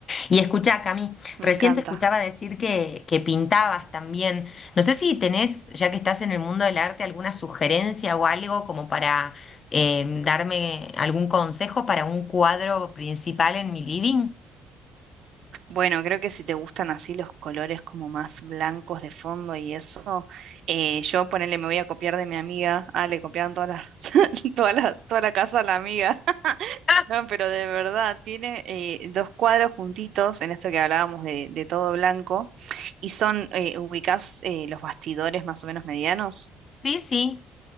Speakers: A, on the left; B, on the right.
A: Y escuchá, Cami,
B: me
A: recién
B: encanta.
A: te escuchaba decir que, que pintabas también. No sé si tenés, ya que estás en el mundo del arte, alguna sugerencia o algo como para eh, darme algún consejo para un cuadro principal en mi living.
B: Bueno, creo que si te gustan así los colores como más blancos de fondo y eso, eh, yo ponele, me voy a copiar de mi amiga. Ah, le copiaban todas las, <laughs> toda la, toda la casa a la amiga. <laughs>
A: Ah,
B: No, pero de verdad, tiene eh, dos cuadros juntitos en esto que hablábamos de, de todo blanco y son, eh, ubicás eh, los bastidores más o menos medianos.
A: sí, sí.